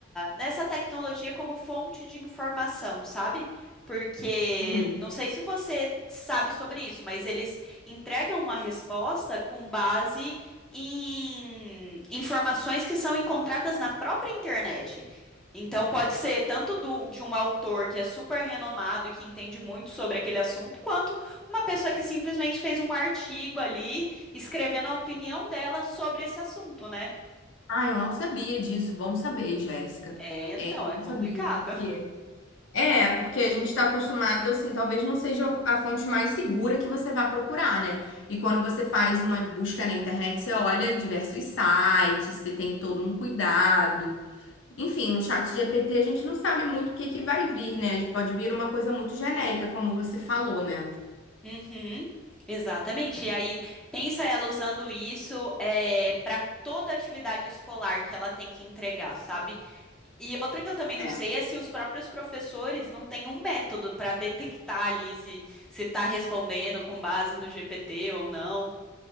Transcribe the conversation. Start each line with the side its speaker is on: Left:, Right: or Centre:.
Centre: nessa tecnologia como fonte de informação, sabe? Porque
Left: uhum.
Centre: não sei se você sabe sobre isso, mas eles entregam uma resposta com base em informações que são encontradas na própria internet. Então, pode ser tanto do- de um autor que é super renomado e que entende muito sobre aquele assunto, quanto uma pessoa que simplesmente fez um artigo ali, escrevendo a opinião dela sobre esse assunto, né?
Left: Ah, eu não sabia disso. Bom saber, Jéssica.
Centre: É, então,
Left: É, eu
Centre: é
Left: não
Centre: complicado.
Left: sabia, porque... É, porque a gente está acostumado, assim, talvez não seja a fonte mais segura que você vá procurar, né? E quando você faz uma busca na internet, você olha diversos sites, você tem todo um cuidado. Enfim, no chat GPT a gente não sabe muito o que que vai vir, né? Pode vir uma coisa muito genérica, como você falou, né?
Centre: Uhum, exatamente. E aí, pensa ela usando isso é, para toda atividade escolar que ela tem que entregar, sabe? E outra que eu também não
Left: É.
Centre: sei é se os próprios professores não têm um método para detectar ali se se está respondendo com base no GPT ou não.